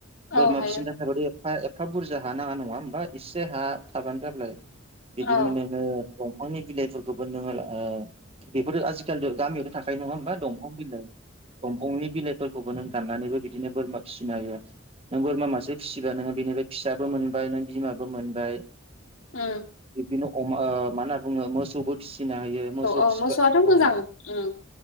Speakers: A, on the right; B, on the left.
A: बोरमा
B: औ हायो
A: फिसिनो थाखाय थाखाय एफा एफा बुरजा हा नाङा नङा होमबा एसे हा थाबानो जाबाय बिदिनो
B: औ
A: नोङो दंफांनि बिलाइफोरखौबो नोङो बेफोरो आजिखाल गामियाव थाखाय नङा होमब्ला दंफां बिलाइ दंफां गंनि बिलाइफोरखौबो नों दाननानैबो बिदिनो बोरमा फिसिनो हायो नों बोरमा मासे फिसिबा नोङो बेनिफ्राय फिसाबो मोनबाय नों बिमाबो मोनबाय
B: <inaudible>
A: बिब्दिनो अमा मा होनना बुङो मोसौ फिना होयो मोसौ
B: औ
A: फिसिबाय
B: मोसौआथ' मोजां
A: औ
B: उम